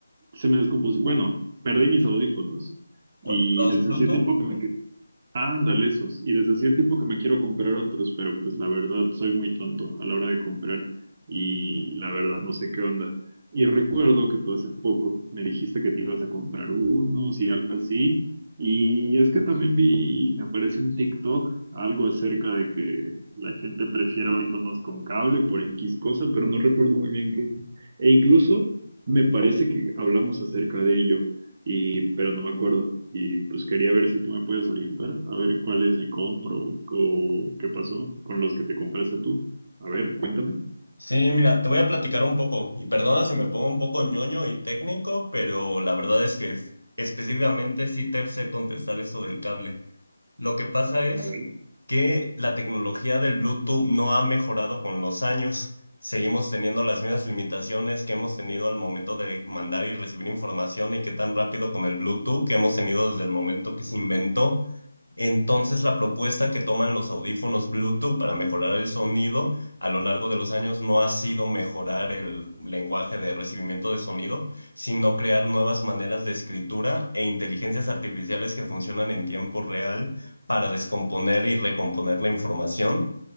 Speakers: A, on the right; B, on the left.
A: se me descompuso. Bueno, perdí mis audífonos
B: ¿Cu-
A: y
B: ¿Los
A: desde
B: Bluetooth?
A: hacía tiempo que me Ándale, esos. Y desde hacía tiempo que me quiero comprar otros, pero pues la verdad soy muy tonto a la hora de comprar y la verdad no sé qué onda. Y recuerdo que tú hace poco me dijiste que te ibas a comprar unos y algo así. Y es que también vi, me aparece en TikTok algo acerca de que la gente prefiere audífonos con cable por X cosa, pero no recuerdo muy bien qué. E incluso me parece que hablamos acerca de ello y, pero no me acuerdo. Y pues quería ver si tú me puedes orientar, a ver cuáles me compro o qué pasó con los que te compraste tú. A ver, cuéntame.
B: Sí, mira, te voy a platicar un poco, y perdona si me pongo un poco ñoño y técnico, pero la verdad es que es- específicamente sí te sé contestar esto del cable. Lo que pasa es
A: A ver.
B: que la tecnología del Bluetooth no ha mejorado con los años. Seguimos teniendo las mismas limitaciones que hemos tenido al momento de mandar y recibir información y que tan rápido con el Bluetooth que hemos tenido desde el momento que se inventó. Entonces, la propuesta que toman los audífonos Bluetooth para mejorar el sonido a lo largo de los años no ha sido mejorar el lenguaje de recibimiento de sonido, sino crear nuevas maneras de escritura e inteligencias artificiales que funcionan en tiempo real para descomponer y recomponer la información.